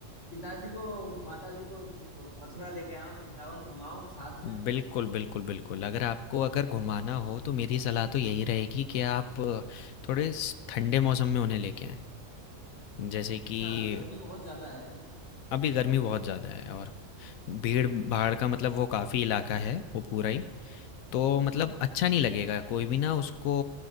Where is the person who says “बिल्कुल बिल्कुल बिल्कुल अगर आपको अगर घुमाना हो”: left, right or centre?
Left